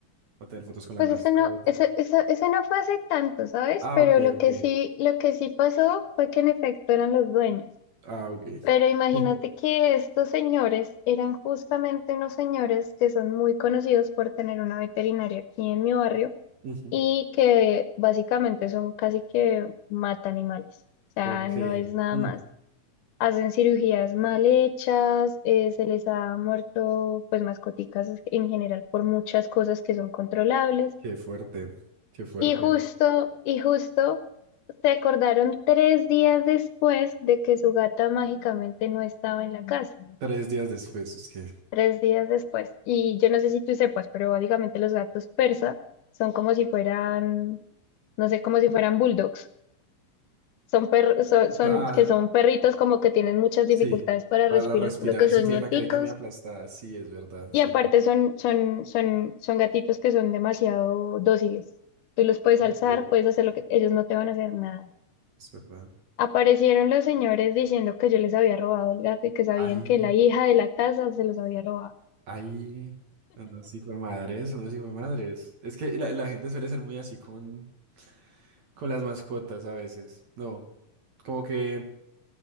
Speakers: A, on the right (about 60°); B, on the left (about 75°).
A: o tener fotos con la
B: Pues
A: mascota.
B: eso no, eso, eso, eso no fue hace tanto, ¿sabes?
A: Ah,
B: Pero
A: ok,
B: lo
A: ok.
B: que sí, lo que sí pasó fue que en efecto eran los dueños.
A: Ah, ok.
B: Pero imagínate
A: <laughs>
B: que estos señores eran justamente unos señores que son muy conocidos por tener una veterinaria aquí en mi barrio
A: Ujú.
B: y que básicamente son casi que matan animales. O sea,
A: Ok.
B: no es nada
A: Mm,
B: más. hacen cirugías mal hechas, eh, se les ha muerto pues mascoticas en general por muchas cosas que son controlables.
A: Qué fuerte, qué fuerte.
B: Y justo, y justo se acordaron tres días después de que su gata mágicamente no estaba en la casa.
A: Tres días después, es que.
B: Tres días después. Y yo no sé si tú sepas, pero básicamente los gatos persa son como si fueran, no sé, como si fueran bulldogs. Son, per- son, son-
A: Ah,
B: que son perritos como que tienen muchas
A: Sí,
B: dificultades para
A: para
B: respirar,
A: respirar,
B: por lo que son
A: sí tiene
B: ñáticos
A: la carita muy aplastada, sí, es verdad, es
B: Y
A: verdad.
B: aparte son, son, son, son gatitos que son demasiado dóciles. Tú los puedes alzar,
A: Sí.
B: puedes hacer lo que ellos no te van a hacer nada.
A: Es verdad.
B: Aparecieron los señores diciendo que yo les había robado el gato y que sabían
A: Ay,
B: que la hija de la casa se los había robado.
A: ay, unos sí fue madres, unos sí fue madres. Es que la, la gente suele ser muy así con, con las mascotas a veces. No, como que